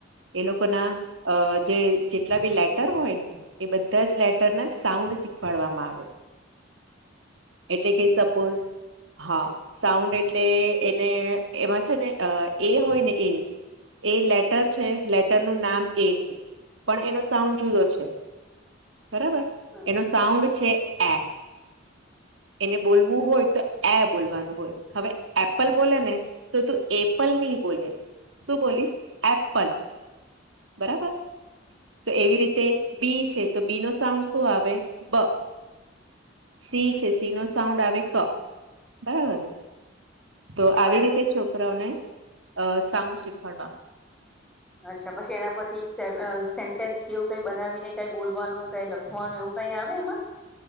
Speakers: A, on the right; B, in the centre.
A: એ લોકો ના અ જે જેટલા બી લેટર હોયને. એ બધા જ લેટરના સાઉન્ડ શીખવાડવામાં આવે. એટલે કે સપોઝ. હા સાઉન્ડ એટલે એને એમાં છે ને એ હોય ને એ. એ લેટર છે લેટર નું નામ એ છે પણ એનો સાઉન્ડ જુદો છે. બરાબર
B: હમ
A: એનો સાઉન્ડ છે એ. એને બોલવું હોય તો એ બોલવાનું હોય હવે એપલ બોલે ને. તો તું એપલ નહી બોલે શું બોલીશ એપલ. બરાબર. તો એવી રીતે બી છે તો બી નો સાઉન્ડ શું આવે બ. સિંહ છે સિંહ નો સાઉન્ડ આવે ક બરાબરને. તો આવી
B: એમાં
A: રીતે છોકરાઓને અ સાઉન્ડ શીખવાડવામાં.
B: અચ્છા પછી એના પરથી સેન્ટેન્સ કેવું કઈ બનાવીને કઈ બોલવાનું કઈ લખ. ખવાનું એવું કઈ આવે એમાં.